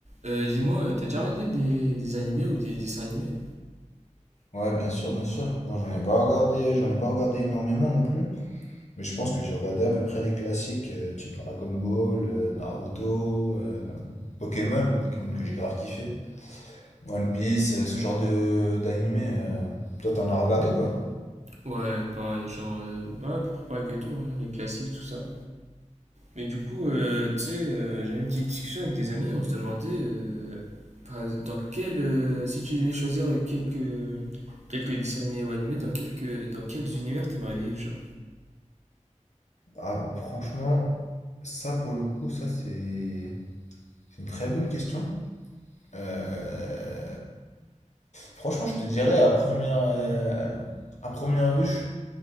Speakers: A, on the right; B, on the left.
A: Euh, dis-moi, euh, t'as déjà regardé des, des animés ou des dessins animés?
B: Ouais, bien sûr, bien sûr. Moi, j'en ai pas regardé, j'en ai pas regardé énormément non plus, mais je pense que j'ai regardé à peu près les classiques, euh, type Dragon Ball, euh, Naruto, euh, Pokémon, Pokémon que j'ai grave kiffé, One Piece, euh, ce genre de d'animé. euh. Toi, t'en as regardé ou pas?
A: Ouais, pareil, genre, euh, ouais, à peu près pareil que toi, hein, les classiques, tout ça. Mais du coup, euh, tu sais, euh, j'avais une petite discussion avec des amis, on se demandait, euh, enfin, dans quel, euh, si tu devais choisir quelques, quelques dessins animés ou animés, dans quelques, dans quels univers t'aimerais vivre, genre?
B: Ah, franchement, ça pour le coup, ça c'est c'est une très bonne question. Euh, Franchement, je te dirais à première euh, à première vue, je